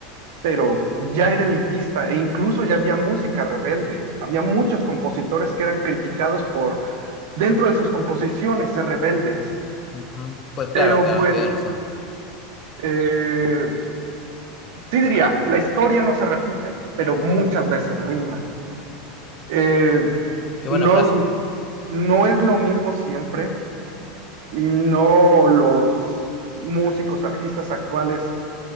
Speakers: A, on the right; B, on the left.
A: pero ya era elitista e incluso ya había música rebelde. Había muchos compositores que eran criticados por, dentro de sus composiciones, ser rebeldes.
B: Ujú. Pues claro,
A: Pero
B: claro,
A: bueno,
B: tienes razón.
A: eh, sí diría, la historia no se repite, pero muchas veces rima. Eh,
B: Qué
A: No,
B: buena frase.
A: no es lo mismo siempre. No los músicos, artistas actuales